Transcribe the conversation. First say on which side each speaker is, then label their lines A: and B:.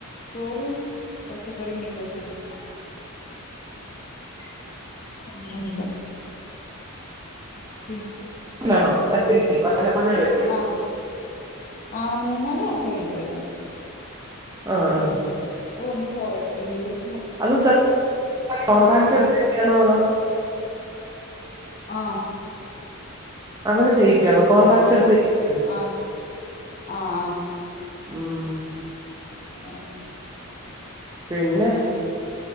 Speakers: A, on the left (about 40°); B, on the right (about 15°).
A: ചോറും പച്ചക്കറിയും മീൻ പൊരിച്ചതും
B: അ <inaudible>
A: ന്നുല്ല മ്
B: ണോ വല്ലപ്പോഴേ വരൂ
A: ആഹ് ആഹ് മൂന്നാല് മാസമായി വരാൻ
B: ആ ആ
A: ഉം ഒന്ന് പോയതാ ഡെലിവറി
B: അത് കോൺ്രാക്ട് എടുത്തെയിന്റെയാണോ അതോ
A: ആഹ്
B: അങ്ങനെ ചെയ്യിക്കുവാണോകോൺട്രാക്ട്
A: കോൺട്രാക്ട്
B: എടുത്ത് ചെയ്ക്കുവാണോ
A: ആ ആ ആ
B: ആഹ്
A: ആ
B: പിന്നെ